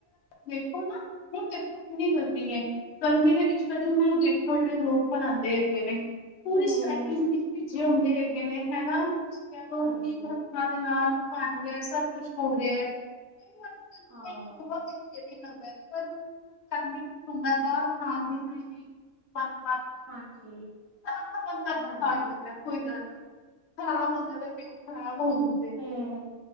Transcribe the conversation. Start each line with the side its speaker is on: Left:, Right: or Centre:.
Left: ਦੇਖੋ ਨਾ, ਹੁਣ ਦੇਖੋ ਕਿੰਨੀ ਗਰਮੀ ਐ, ਗਰਮੀ ਦੇ ਵਿੱਚ ਕਦੀ ਉਹਨਾਂ ਨੂੰ ਦੇਖ ਹੁਣ ਜਿਹੜੇ ਲੋਕ ਬਣਾਦੇ ਹੈਗੇ ਨੇ, ਪੂਰੀ
Right: ਹਮ
Left: ਸਵੈਟਿੰਗ ਦੇ ਵਿੱਚ ਭਿੱਜੇ ਹੁੰਦੇ ਹੈਗੇ ਨੇ ਹੈਨਾ। ਤੁਸੀਂ ਕਹਿ ਲਓ
Right: ਹਾਂਜੀ
Left: ਵੀ ਹੱਥਾਂ ਦੇ ਨਾਲ ਬਣ ਰਹੇ ਸਭ ਕੁਛ ਹੋ ਰਿਹਾ। ਕਈ
Right: ਹਾਂ
Left: ਵਾਰ ਬਹੁਤ ਇਰੀਟੈਟਿੰਗ ਲੱਗਦਾ, ਪਰ ਗਰਮੀ ਚ ਹੁੰਦਾ ਕੌਣ ਥਾਂ ਦੀ ਥੋੜੀ ਜੀ ਜਿਹੀ <unintelligible>
Right: ਹਾਂਜੀ
Left: ਕਰਕੇ
Right: ਹਾਂਜੀ
Left: ਖਾ ਹੀ ਜਾਂਦਾ। ਕੋਈ ਗੱਲ ਨੀ, ਖ਼ਰਾਬ ਹੁੰਦਾ ਤੇ ਪੇਟ ਖਰਾਬ ਹੋਣ ਦੇ।
Right: ਹੂੰ